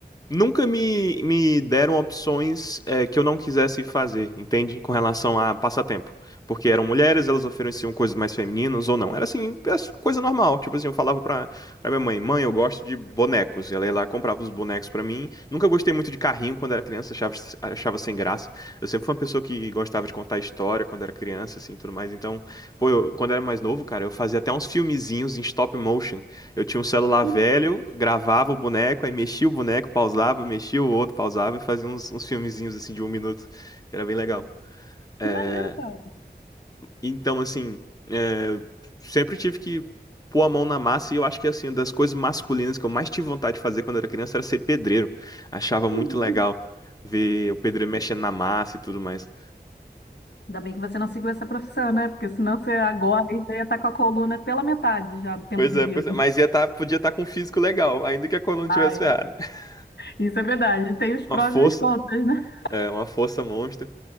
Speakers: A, on the left; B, on the left.
A: Nunca me, me deram opções eh, que eu não quisesse fazer, entende? Com relação a passatempo. Porque eram mulheres, elas ofereciam coisas mais femininas ou não. Era assim, era coisa normal. Tipo assim, eu falava pra, pra minha mãe, mãe, eu gosto de bonecos. E ela ia lá, comprava os bonecos pra mim. Nunca gostei muito de carrinho quando era criança, achava, achava sem graça. Eu sempre fui uma pessoa que gostava de contar história quando era criança, assim, tudo mais. Então, pô, eu- quando era mais novo, cara, eu fazia até uns filmezinhos em stop motion eu tinha um celular
B: <laughs>
A: velho, gravava o boneco, aí mexia o boneco, pausava, mexia o outro, pausava e fazia uns, uns filmezinhos assim de um minuto, que era bem legal. É,
B: Que maneiro, cara.
A: então, assim, é, sempre tive que pôr a mão na massa e eu acho que, assim, uma das coisas masculinas que eu mais tive vontade de fazer quando era criança era ser pedreiro. Achava muito
B: <laughs>
A: legal ver o pedreiro mexendo na massa e tudo mais.
B: Ainda bem que você não seguiu essa profissão, né? Porque senão você agora aí já ia estar com a coluna pela metade já do tempo
A: Pois
B: de
A: é,
B: vida.
A: pois é, mas ia tá, podia estar com um físico legal, ainda que a coluna
B: Ai,
A: tivesse ferrada. <laughs>
B: isso é verdade. Tem os
A: Uma
B: prós
A: força,
B: e os contras, né?
A: é, uma força monstra.